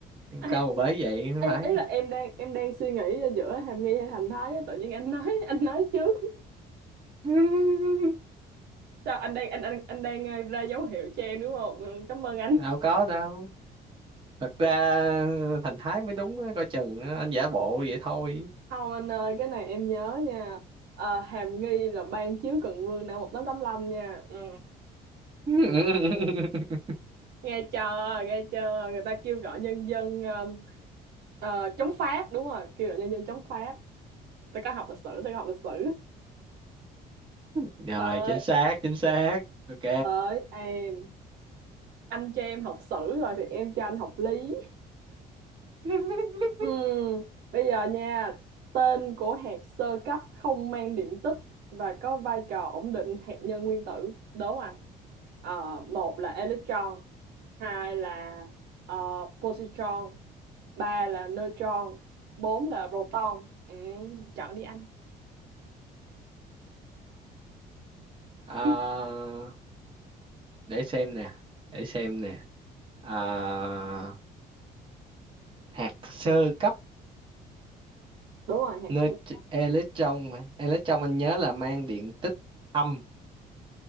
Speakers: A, on the right; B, on the right.
A: à,
B: câu bởi vậy
A: ý,
B: phải
A: ý là em đang em đang suy nghĩ giữa Hàm Nghi hay Thành Thái á, tự nhiên anh nói anh nói trước
B: <laughs>
A: sao anh đang anh anh anh đang ờ, ra dấu hiệu cho em đúng không Ừ, cảm ơn anh
B: đâu có đâu thật ra ờ, Thành Thái mới đúng á, coi chừng á, anh giả bộ vậy thôi
A: không anh ơi cái này em nhớ nha Ờ, Hàm Nghi là ban chiếu Cần Vương năm 1985 nha ừ.
B: <laughs>
A: nghe chờ nghe chờ người ta kêu gọi nhân dân ờ, ờ, chống Pháp đúng rồi kêu gọi nhân dân chống Pháp tôi có học lịch sử tôi có học lịch sử
B: rồi
A: tới
B: chính xác chính xác ok
A: tới em anh cho em học sử rồi thì em cho anh học lý
B: <laughs>
A: Ừm, bây giờ nha tên của hạt sơ cấp không mang điện tích và có vai trò ổn định hạt nhân nguyên tử đố anh Ờ, một là electron hai là ờ, positron ba là neutron bốn là proton ừ, chọn đi anh
B: Ờ,
A: Kiếp,
B: để xem nè để xem nè Ờ, hạt sơ cấp
A: đúng rồi hạt
B: nơi
A: sơ cấp.
B: electron mà electron anh nhớ là mang điện tích âm